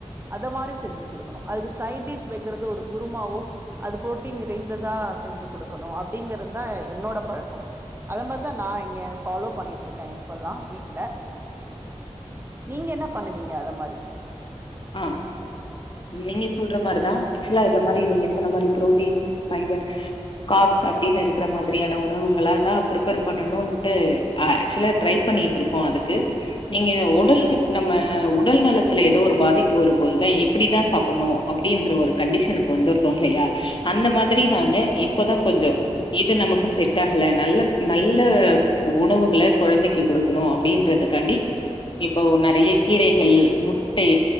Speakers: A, on the right (about 20°); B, on the left (about 45°).
A: அத மாரி செஞ்சு குடுக்கணும் அதுக்கு சைடு டிஷ் வைக்கறது ஒரு குருமாவோ அது புரோட்டீன் நிறைந்ததா செஞ்சு கொடுக்கணும் அப்படிங்கறதுதான் என்னோட பழக்கம் அத மாரிதான் நான் இங்க ஃபாலோ பண்ணிட்டு இருக்கேன் இப்பல்லாம் வீட்ல நீங்க என்ன பண்ணுவீங்க அத மாரி
B: ஆஹ் நீங்க சொல்ற மாரிதான் ஆக்சுவலா இத மாரி நீங்க சொன்ன மாரி புரோட்டீன் பைபர் காப்ஸ் அப்படின்னு இருக்கற மாதிரியான உணவுகள தான் பிரிப்பேர் பண்ணணும்டு ஆக்சுவலா ட்ரை பண்ணிட்டு இருக்கோம் அதுக்கு நீங்க உடல் நம்ம உடல் நலத்துல ஏதோ ஒரு பாதிப்பு வரும்போதுதான் இப்படிதான் சாப்பிடணும் அப்படின்ற ஒரு கண்டிஷனுக்கு வந்துடுறோம் இல்லையா அந்த மாதிரி நாம இப்ப தான் கொஞ்சம் இது நமக்கு செட் ஆகல நல்ல நல்ல உணவுகள கொழந்தைக்கு கொடுக்கணும் அப்படின்றதுக்காண்டி இப்போ நெறய கீரைகள் முட்டை